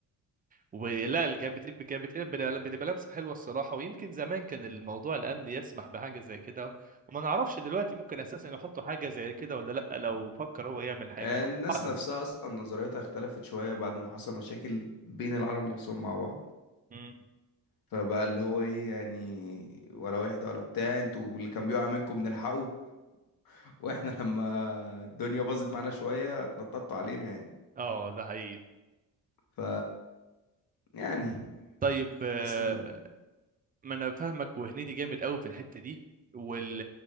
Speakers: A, on the right; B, on the left.
A: ولا اللي كانت بتبقى كانت بتبقى بتبقى لمسه حلوه الصراحه ويمكن زمان كان الموضوع الامني يسمح بحاجه زي كده وما نعرفش دلوقتي ممكن اساسا يحطوا حاجه زي كده ولا لا لو فكر هو يعمل حاجه
B: آه،
A: الله
B: الناس
A: اعلم
B: نفسها أصلا نظريتها اختلفت شوية بعد ما حصل مشاكل بين العرب نفسهم مع بعض
A: مم.
B: فبقى اللي هو ايه يعني ولا واحدة ولا بتاع انتوا اللي كان بيقع منكم بنلحقه <laughs> واحنا لما الدنيا باظت معانا شوية اتنططوا علينا يعني
A: اه ده حقيقي
B: ف يعني
A: طيب آه،
B: حاسس إن-
A: ما انا فاهمك وهنيدي جامد قوي في الحته دي وال